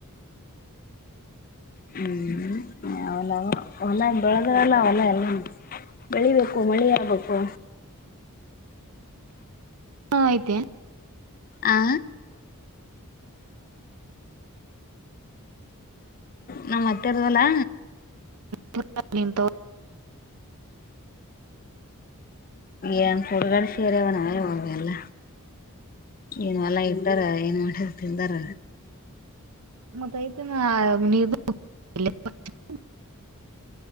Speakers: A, on the left (about 40°); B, on the right (about 85°).
A: ಹ್ಮ್ ಅವಲ್ಲ ಅವ ಹೊಲ ಬೆಳೆದ್ರಲ್ಲ ಅವಲ್ಲ ಎಲ್ಲ ಬೆಳಿಬೇಕು ಮಳೆ ಆಗ್ಬೇಕು
B: ಹಾ ಆಯ್ತೆ
A: ಆ ನಮ್ ಅತೆವರದು ವಾಲಾ
B: <unintelligible> ತ್ಕಾಲೀ ತ
A: ಏನ್ ಹುಡುಗಡೆ ಸೀರೆವ ನಾವೇ ಹವೆ ಅಲ್ಲ ಏನ್ ಎಲ್ಲಾ ಇರ್ತಾರ ಏನ್ ಮಾಡಿರು ತಿಂದಾರ.
B: ಮತ್ತ ಐತ ನ ನೀ <unintelligible>